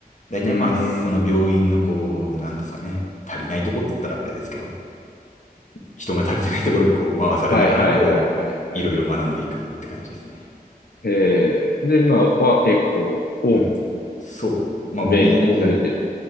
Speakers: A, on the left; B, on the left.
A: 大体まあ、
B: うーん。
A: その病院のこう、なんですかね、足りないとこっつったらあれですけど、人が足りてないところにこう回されながら、
B: はいはいはいはいはい。
A: こう、いろいろ学んでいくって感じですね。
B: えー、で、今はエコーを
A: うん。そう。まあ僕もこう、
B: メインにされてる。